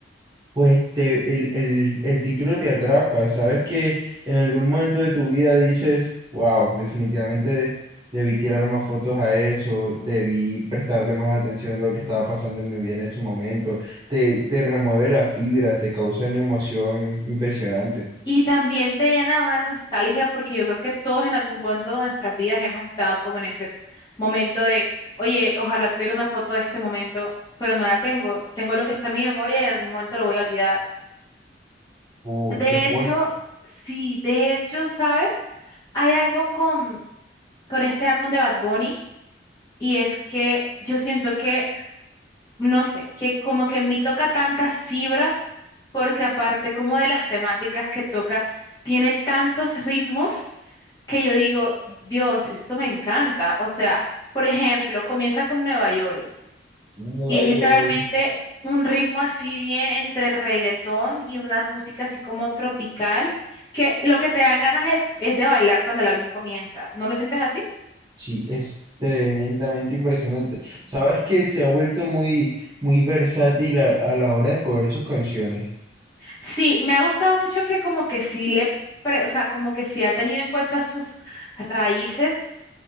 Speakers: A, on the right; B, on the left.
A: Pues te, el, el, el título te atrapa, sabes que en algún momento de tu vida dices, wow, definitivamente de- debí tirar más fotos a eso, debí prestarle más atención a lo que estaba pasando en mi vida en ese momento, te, te remueve las fibras, te causa una emoción impresionante.
B: Y también te llena de una nostalgia porque yo creo que todos en algún punto de nuestras vidas hemos estado como en ese momento de, oye, ojalá tuviera una foto de este momento, pero no la tengo. Tengo lo que está en mi memoria y en algún momento lo voy a olvidar.
A: Uh,
B: De
A: qué fuerte.
B: hecho, sí, de hecho, ¿sabes? Hay algo con, con este álbum de Bad Bunny y es que yo siento que, no sé, que como que en mí toca tantas fibras porque aparte como de las temáticas que toca, tiene tantos ritmos que yo digo, Dios, esto me encanta. O sea, por ejemplo, comienza con Nueva York
A: Nueva
B: y es literalmente
A: York,
B: un ritmo así bien entre reggaetón y una música así como tropical, que lo que te dan ganas es, es de bailar cuando el álbum comienza. ¿No lo sientes así?
A: sí, es tremendamente impresionante. Sabes que se ha vuelto muy, muy versátil a a la hora de escoger sus canciones.
B: Sí, me ha gustado mucho que como que sí le, pre- o sea, como que sí ha tenido en cuenta sus raíces.